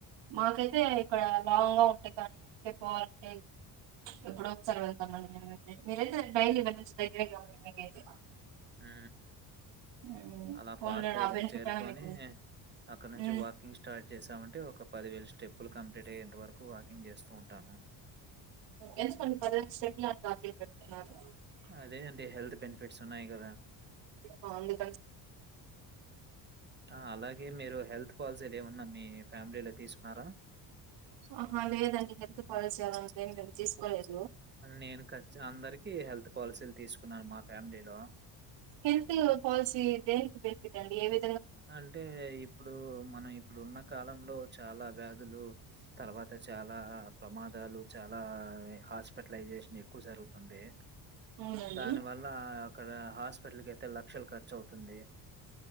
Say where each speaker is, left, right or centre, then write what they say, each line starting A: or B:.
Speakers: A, on the right; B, on the right.
A: మాకైతే ఇక్కడ లాంగ్ గా ఉంటాయి కానీ పోవాలంటే ఎప్పుడో ఒకసారి వెళ్తామండి మేమైతే మీరైతే డైలీ వెళ్లొచ్చు దగ్గరే కాబట్టి మీకైతే
B: ఉ
A: ఉమ్,
B: అలా
A: పోన్లే
B: పార్క్ దగ్గర
A: ఆ బెనిఫిట్
B: చేరుకొని
A: అయినా మీకు
B: అక్కడ్నుంచి
A: ఉమ్
B: వాకింగ్ స్టార్ట్ జేసామంటే ఒక పదివేల స్టెప్పులు కంప్లీట్ అయ్యేంత వరకు వాకింగ్ జేస్తూ ఉంటాను
A: ఎందుకండి పదిహేను స్టెప్లే టార్గెట్ పెట్టున్నారు
B: అదే అండి హెల్త్ బెనిఫిట్స్ ఉన్నాయి గదా
A: ఆ, అందుకని
B: ఆ అలాగే మీరు హెల్త్ పాలసీలు ఏమన్నా మీ ఫ్యామిలీలో తీస్కున్నారా
A: ఆహ లేదండి హెల్త్ పాలసీ అదంతేం తీసుకోలేదు
B: నేను కచ్ అందరికి హెల్త్ పాల్సీలు తీసుకున్నాను మా ఫ్యామిలీలో
A: హెల్త్ పాల్సి దేనికి బెన్ఫిట్ అండి ఏవి
B: అంటే ఇప్పుడు మన ఇప్పుడు ఉన్న కాలంలో చాలా వ్యాధులు తర్వాత చాలా ప్రమాదాలు చాలా హాస్పిటలైజేషన్ ఎక్కువ జరుగుతుంది
A: అవునండి
B: దాని వల్ల అక్కడ హాస్పిటల్కి అయితే లక్షలు ఖర్చు అవుతుంది